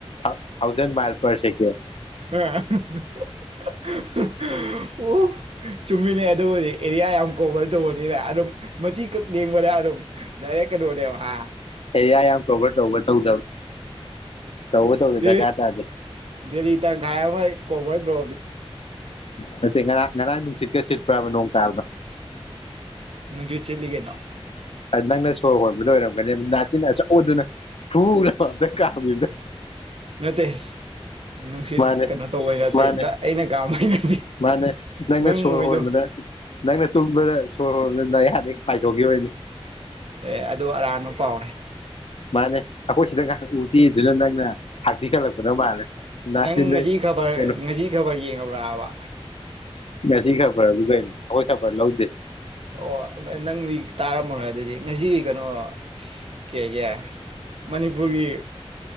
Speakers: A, on the left (about 65°); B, on the right (about 65°).
A: ꯍꯧ ꯍꯎꯖꯟ <unintelligible> ꯄꯩꯁ ꯀꯌꯥ
B: ꯑꯦ <unintelligible> <unintelligible> ꯑꯣ ꯆꯨꯝꯃꯤꯟꯅꯩ ꯑꯗꯨꯕꯨꯗꯤ ꯑꯦꯔꯤꯌꯥ ꯌꯥꯝ ꯀꯣꯚꯔ ꯇꯧꯕꯅꯤꯅ ꯑꯗꯨꯝ ꯃꯆꯤꯀꯛ ꯂꯦꯡꯕꯅ ꯑꯗꯨꯝ ꯗꯥꯏꯔꯦꯛ ꯀꯩꯅꯣꯅꯦꯕ ꯍꯥ
A: ꯑꯦꯔꯤꯌꯥ ꯌꯥꯝ ꯀꯣꯕꯔ ꯇꯧꯕ ꯇꯧꯗꯕ ꯇꯧꯕ ꯇꯧꯗ
B: ꯗ
A: ꯗꯔꯀꯥꯔ ꯇꯥꯗꯦ
B: ꯗꯦꯂꯤ ꯇꯡꯈꯥꯢ ꯀꯣꯕꯔꯗꯣ
A: ꯅꯇꯦ ꯉꯔꯥꯡ ꯉꯔꯥꯡ ꯅꯨꯡꯁꯤꯠꯀꯥ ꯁꯤꯠꯄ꯭ꯔꯥꯕ ꯅꯣꯡ ꯇꯥꯕꯗꯣ
B: ꯅꯨꯡꯁꯨꯨꯠ ꯁꯤꯠꯂꯤ ꯀꯩꯅꯣ
A: ꯅꯪꯅ ꯁꯣꯔ ꯍꯣꯟꯕꯗ ꯑꯣꯏꯔꯝꯒꯅꯤ ꯅꯆꯤꯟ ꯑꯆꯧꯕꯗꯨꯅ ꯐꯨ ꯂꯥꯎꯅ ꯑꯝꯇ ꯀꯥꯝꯒꯤꯕꯗ
B: ꯅꯠꯇꯦ ꯅꯨꯡꯁꯤꯠ
A: ꯃꯥꯅꯦ
B: ꯀꯩꯅꯣ ꯇꯧꯕꯩ ꯅꯠꯇꯦ
A: ꯃꯥꯅꯦ
B: ꯑꯩꯅ ꯀꯥꯝꯕꯩ ꯅꯠꯇꯦ
A: ꯃꯥꯅꯦ ꯅꯪꯅ
B: ꯅꯪ
A: ꯁꯣꯔ
B: ꯃꯣꯏꯗꯣ
A: ꯍꯣꯟꯕꯗ ꯅꯪꯅ ꯇꯨꯝꯕꯗ ꯁꯣꯔ ꯍꯣꯟꯕꯗ ꯅꯌꯥꯗꯩ ꯄꯥꯏꯊꯣꯛꯈꯤꯕꯩꯅꯤ
B: ꯑꯦ ꯑꯗꯨ ꯑꯔꯥꯟꯕ ꯄꯥꯎꯅꯦ <inaudible>
A: ꯃꯥꯅꯦ ꯑꯩꯈꯣꯏ ꯁꯤꯗ ꯎꯗꯦ ꯍꯥꯢꯗꯨꯗ ꯅꯪꯅ ꯍꯥꯛꯊꯤ ꯈꯜꯂꯛꯄꯗꯣ ꯃꯥꯜꯂꯦ ꯅꯥꯆꯤꯟꯗꯩ
B: ꯅꯪ ꯉꯁꯤ ꯈꯕꯔ
A: ꯀꯩꯅꯣ
B: ꯉꯁꯤ ꯈꯕꯔ ꯌꯦꯡꯉꯕ꯭ꯔꯥꯕ ꯍꯥꯏꯕ
A: ꯉꯁꯤ ꯈꯕꯔꯕꯨ ꯀꯩꯅꯣ ꯑꯩꯈꯣꯏ ꯈꯕꯔ ꯂꯧꯗꯦ
B: ꯑꯣ ꯅꯪꯗꯤ ꯇꯥꯔꯝꯃꯔꯣꯏ ꯑꯗꯨꯗꯤ ꯉꯁꯤ ꯀꯩꯅꯣ ꯀꯩꯑꯥꯢꯒꯦ ꯃꯅꯤꯄꯨꯔꯒꯤ